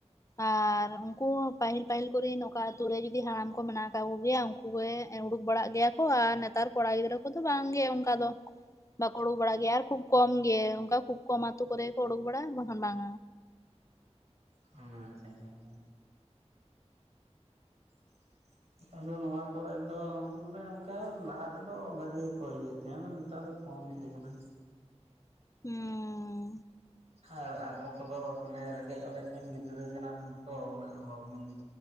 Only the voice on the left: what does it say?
ᱟᱨ ᱩᱱᱠᱩ ᱯᱟᱹᱦᱤᱞ ᱯᱟᱹᱦᱤᱞ ᱠᱚᱨᱮᱱ ᱚᱠᱟ ᱟᱛᱩ ᱨᱮ ᱡᱩᱫᱤ ᱦᱟᱲᱟᱢᱠᱩ ᱢᱮᱱᱟᱜ ᱟᱠᱟᱫ ᱠᱚ ᱜᱮᱭᱟ ᱩᱱᱠ ᱩᱱᱠᱩ ᱩᱰᱩᱠ ᱵᱟᱲᱟᱜ ᱜᱮᱭᱟ ᱠᱚ ᱟᱨ ᱱᱮᱛᱟᱨ ᱠᱚᱲᱟ ᱜᱤᱫᱽᱨᱟᱹ ᱠᱚᱫᱚ ᱵᱟᱝᱜᱮ ᱚᱱᱠᱟ ᱫᱚ᱾ ᱵᱟᱠᱚ ᱩᱰᱩᱠ ᱵᱟᱲᱟᱜ ᱜᱮᱭᱟ ᱟᱨ ᱠᱷᱩᱵ ᱠᱚᱢ ᱜᱮ ᱚᱱᱠᱟ ᱠᱷᱩᱵ ᱠᱚᱢ ᱟᱛᱳ ᱠᱚᱨᱮ ᱠᱚ ᱩᱰᱩᱠ ᱵᱟᱲᱟᱜᱼᱟ ᱵᱟᱠᱷᱟᱱ ᱵᱟᱝ᱾
ᱩᱸᱻ